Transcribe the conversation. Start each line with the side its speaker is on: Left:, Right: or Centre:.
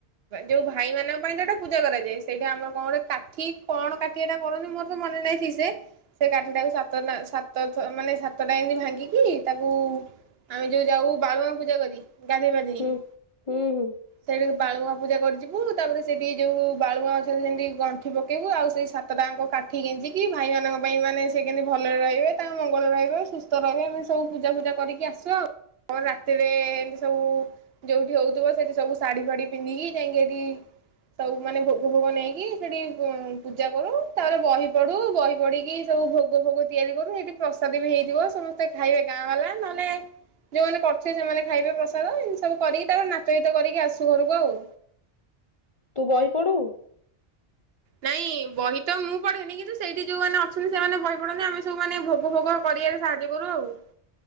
Right: ଯୋଉ ଭାଇ ମାନଙ୍କ ପାଇଁ ଏଟାପୂଜା କରାଯାଏ ସେଇଟା ଆମର କଣକାଠି କଣ କାଠି ଏଟା କରନ୍ତି ମୋତେ ମୁଁ ମନେ ନାଇ ଥି ସେ ସେ କାଠିଟାକୁ ସାତନା ସାତଥ ମାନେ ସାତଟା ଏମିତି ଭାଙ୍ଗିକି ତାକୁ। ଆମେ ଯୋଉ ଯାଉ ବାଳୁଙ୍ଗା ପୂଜା କରି ଗାଧୋଇ ପାଧେଇକି।
Left: ହୁଁ ହୁଁ ହୁଁ
Right: ସେଇଠି ବାଳୁଗାଁ ପୂଜା କରିଯିବୁ ତାପରେ ସେଇଠି ଯୋଉ ବାଳୁଗାଁ ଗଛରେ ସେମିତି ଗଣ୍ଠି ପକେଇବୁ ଆଉ ସେଇ ସା ସାତଟାଯାଙ୍କ କଠ୍ କାଠି ଗେଞ୍ଜିକି ଭାଇମାନଙ୍କ ପାଇଁ ମାନେ ସେ କେମିତି ଭଲରେ ରହିବେ ତାଙ୍କ ମଙ୍ଗଳ ରହିବେ ସୁସ୍ଥ ରହିବେ ଆମେ ସବୁ ପୂଜା ଫୂଜା କରିକ ଆସୁ। ଶୁ ଆଉ ରାତିରେ ଏମିତି ସବୁ। ଯୋଉଠି ହୋଉଥୁବ ସେଠି ସବୁ ଶାଢୀ ଫାଢୀ ପିନ୍ଧିକି ଯାଇକି ହେଟି। ସବୁ ମାନେ ଭୋଗ ଫୋଗ ନେଇକି ସେଠି ପୂଜା କରୁ ତାପରେ। ବହି ପଢୁ ବହି ପଢିକି ସବୁ ଭୋଗ ଫୋଗ ତିଆରି କରୁ ସେଠି ପ୍ରସାଦ ବି ହେଇଥିବ ସମସ୍ତେ। କେତେ ଖାଇବେ ଗାଁ ବାଲା ନ ହେଲେ। ଯୋଉମାନେ କରୁଥିବେ ସେମାନେ ଖାଇବେ ପ୍ରସାଦ ଏମତି ସବୁ କରିକି ତା ପରେ ନାଚ ଗୀତ କରିକି ଆସୁ ଘରକୁ ଆଉ।
Left: ତୁ ବହି ପଢୁ?
Right: ନାଇଁ ବହି ତ ମୁଁ ପଢେନି କିନ୍ତୁ ସେଇଠି ଯୋଉମାନେ ଅଛନ୍ତି ସେମାନେ ବହି ପଢନ୍ତି ଆମେ ସବୁମାନେ ଭୋଗ ଫୋଗ କରିବାରେ ସାହାର୍ଯ୍ୟ କରୁ ଆଉ।